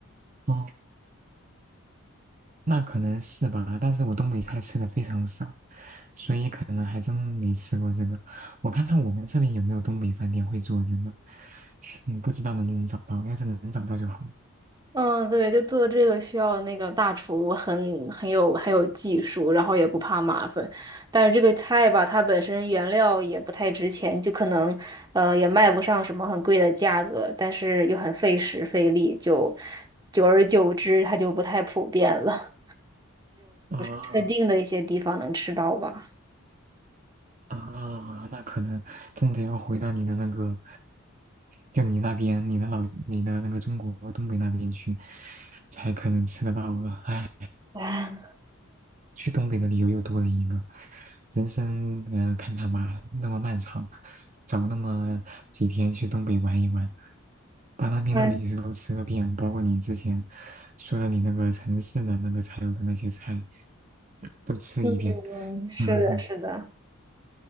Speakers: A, on the right; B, on the right.
A: 哦，那可能是吧，但是我东北菜吃的非常少，所以呢还真没吃过这个。我看看我们这边有没有东北饭店会做这个，嗯，不知道能不能找到，要是能找到就好。
B: 嗯，对，就做这个需要那个大厨很很有很有技术，然后也不怕麻烦。但是这个菜吧，它本身原料也不太值钱，就可能呃也卖不上什么很贵的价格，但是又很费时费力，就久而久之它就不太普遍了。
A: 啊，
B: 特定的一些地方能吃到吧。
A: 啊，那可能真的要回到你的那个，就你那边，你的老，你的那个中国东北那边去，才可能吃得到了。唉，
B: <laughs> 啊，
A: 去东北的理由又多了一个，人生，呃，看看吧，那么漫长，找那么几天去东北玩一玩，把那边的美食都吃个遍，
B: 嗯，
A: 包括你之前说的你那个城市的那个才有的那些菜都吃一遍。
B: 嗯，
A: <laughs>
B: 是的，
A: 嗯
B: 是的，